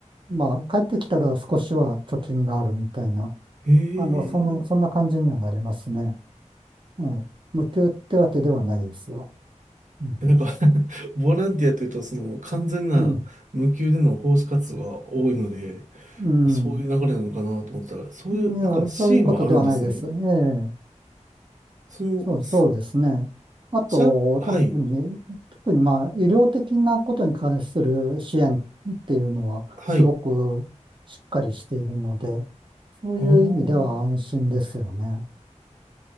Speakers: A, on the right; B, on the right.
A: まあ、帰ってきたら少しは貯金があるみたいな、
B: へえ
A: あの、その、そんな感じにはなりますね。うん。無給ってわけではないですよ。うん。
B: え、なんか <laughs> ボランティアというと、その完全な無給での奉仕活動が多いので、
A: うん。うん
B: そういう流れなのかなと思ってたら、そういうなんかシーンはあるんですね。
A: いや、そういうことではないです。ええ、
B: その、
A: そう、
B: す
A: そうですね。あと、
B: じゃ、はい、
A: 特に、特にまあ、医療的なことに関する支援っていうのは、
B: はい。
A: すごくしっかりしているので、そういう意味では安心ですよね。
B: あー